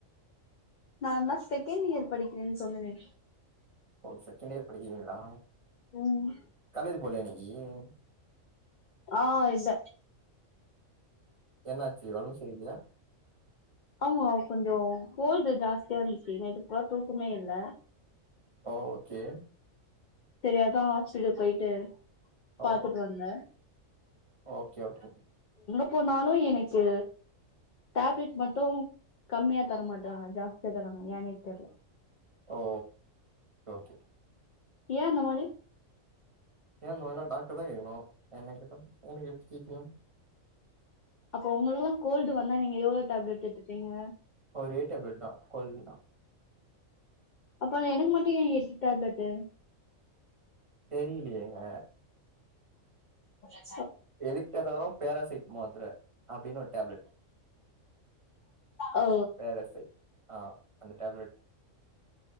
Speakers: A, on the left; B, on the right.
A: நாதா செகண்ட் இயர் படிக்கிறேன்னு சொன்னேனே
B: ஓ செகண்ட் இயர் படிக்கிறீங்களா
A: ம்
B: காலேஜ் போலயா இன்னிக் ஏஉ
A: ஆ இல்ல
B: என்னாச்சி அவுஸ் தெரிலயா
A: ஆமா கொஞ்சோ கோல்டு ஜாஸ்தியா இருந்துச்சு நைட்டு ஃபுல்லா தூக்கமே இல்ல
B: ஓகே
A: செரி‌அதா ஆஸ்பிட்டலுக்கு போயிட்டு
B: ஓ
A: பாத்துட்டு வந்தே
B: ஓகே ஓகே
A: ப்போனாலு எனக்கு டேப்லெட் மட்டு கம்மியா தர மாட்டறாங்க ஜாஸ்தியா தராங்க ஏனே தெரில
B: ஓ ஓகே
A: ஏ அந்த மாரி
B: ஏ ங்கனனா டாக்ட்டரதா கேக்கணு என்ன கேட்டா எனக்கு எப்டி தெரியு
A: அப்ப உங்களுக்குலா கோல்டு வந்தா நீங்க எவ்ளோ டேப்லெட் எடுத்துபீங்க
B: ஒரே டேப்லெட் தா கொல்டுக்தா
A: அப்பனா எனக்கு மட்டு ஏ எ சி டேப்லெட்டு
B: தெரிலையேங்க
A: <inaudible> <inaudible>
B: எதுக்கெட்தாலு பராசிட் மாத்ர அப்டின்னு ஒரு டேப்லட்
A: ஓ
B: பேராசிட் ஆ அந்த டேப்லட்